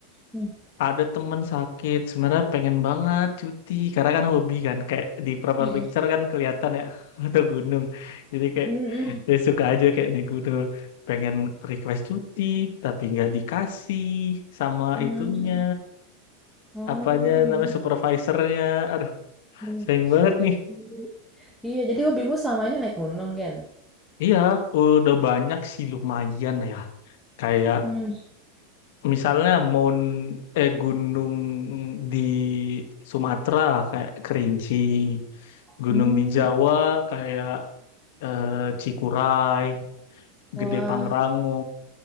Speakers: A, in the centre; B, on the left.
A: Hmm.
B: ada temen sakit, sebenarnya pengen banget cuti. Karena kan hobi kan. Kayak di profile
A: Mm-mm.
B: picture kan kelihatan ya <laughs> ada gunung. Jadi kayak
A: Mm-mm.
B: ya suka aja kayak nih gue tuh pengen request cuti, tapi nggak dikasih sama
A: Mm.
B: itunya.
A: Oh,
B: Apanya namanya
A: jadi
B: supervisornya. Aduh,
A: hmm,
B: sayang
A: sulit
B: banget nih.
A: sih. Iya, jadi hobimu selama ini naik gunung, Gen?
B: Iya, udah banyak sih lumayan ya. Kayak
A: Hmm.
B: Misalnya mon eh gunung di Sumatera kayak Kerinci, gunung
A: Hmm.
B: di Jawa kayak eh, Cikuray,
A: Wah,
B: Gede Pangrango.